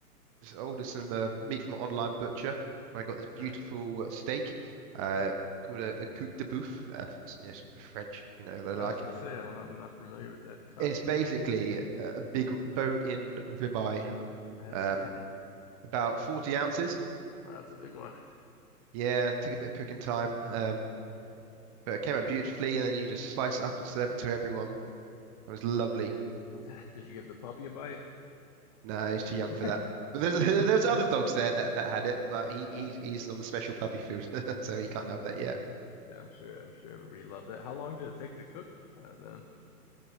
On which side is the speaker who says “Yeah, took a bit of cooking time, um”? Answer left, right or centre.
Right